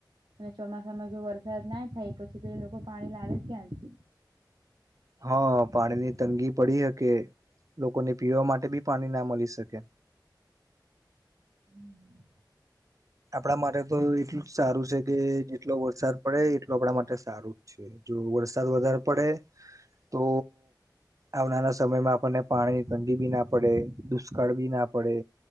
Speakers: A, on the right; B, on the right.
A: અને ચોમાસામાં જો વરસાદ ના થાય પછી તો એ લોકો પાણી લાવે ક્યાંથી?
B: હા પાણી ની તંગી પડી શકે લોકોને પીવા માટે બી પાણી ના મળી શકે.
A: હમ.
B: આપણા માટે તો એટલું જ સારું છે કે જેટલો વરસાદ પડે એટલો આપણા માટે સારું જ છે. જો વરસાદ વધારે પડે તો આવનારા સમયમાં આપણને પાણી ની તઠંડી બી ના પડે દુષ્કાળ બી ના પડે.